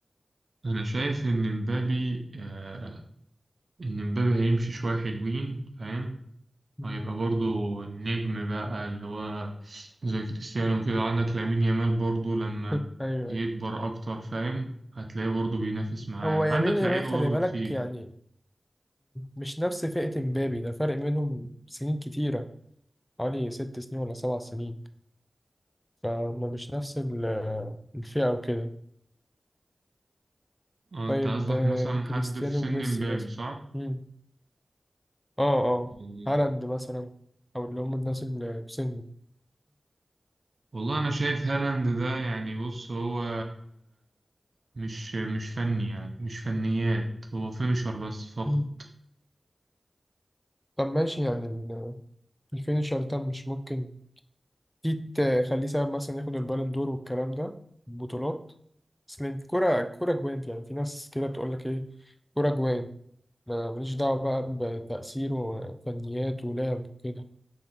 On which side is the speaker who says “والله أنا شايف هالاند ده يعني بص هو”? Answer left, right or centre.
Right